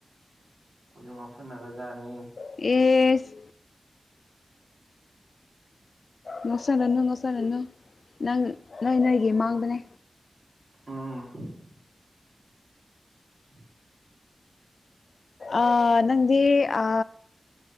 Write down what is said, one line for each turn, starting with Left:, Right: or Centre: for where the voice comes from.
Right: ꯀꯣꯏꯁꯨ ꯉꯥꯎꯁꯟꯅꯒ꯭ꯔ ꯖꯥꯠꯅꯤ
Left: ꯏꯁ ꯉꯣꯁꯟꯅꯅꯨ ꯉꯣꯁꯜꯂꯅꯨ ꯅꯪ ꯅꯣꯏ ꯂꯩꯒꯤ ꯃꯥꯡꯕꯅꯦ
Right: ꯎꯝ ꯎꯝ <inaudible>
Left: ꯑ ꯅꯪꯗꯤ ꯑ